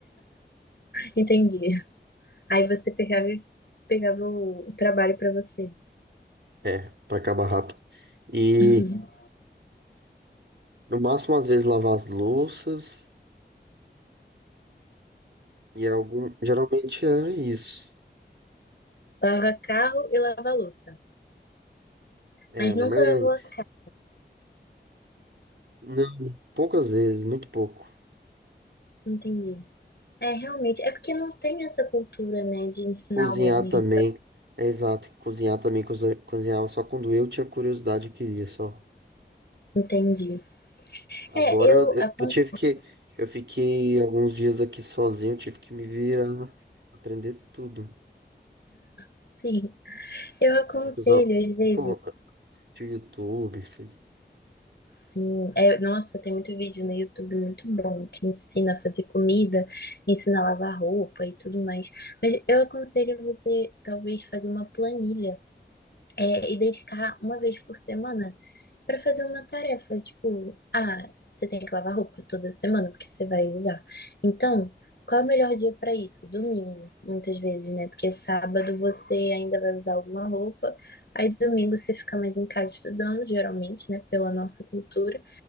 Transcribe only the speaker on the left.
Entendi. Aí você pegava, e- pegava o trabalho para você.
Uhum.
Lava carro e lava louça.
Mas nunca
levou
a cabo,
entendi. É, realmente, é porque não tem essa cultura, né, de ensinar
o homem.
Entendi.
É, eu
aconselho,
sim. Eu aconselho,
às vezes,
sim. É, nossa, tem muito vídeo no YouTube muito bom que ensina a fazer comida, ensina a lavar roupa e tudo mais. Mas eu aconselho você, talvez, fazer uma planilha. é, e dedicar uma vez por semana para fazer uma tarefa, tipo, ah, você tem que lavar roupa toda semana porque você vai usar. Então, qual é o melhor dia para isso? Domingo, muitas vezes, né? Porque sábado você ainda vai usar alguma roupa, aí domingo você fica mais em casa estudando, geralmente, né, pela nossa cultura,